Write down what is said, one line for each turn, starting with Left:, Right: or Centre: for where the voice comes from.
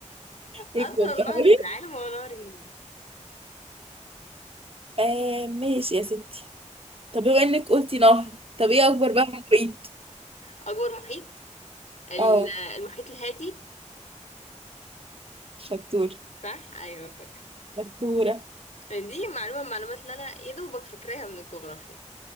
Right: بتوضحي
Left: أطول نهر في العالم هو نهر النيل
Right: آه ماشي يا ستي طب بما انك قلتي نهر طب ايه
Left: <laughs>
Right: اكبر بقى محيط
Left: أكبر محيط ال-
Right: اه
Left: المحيط الهادي
Right: شطور
Left: صح أيوة فاكرة
Right: شطورة
Left: دي معلومة من المعلومات اللي أنا يا دوبك فاكراها من الجغرافيا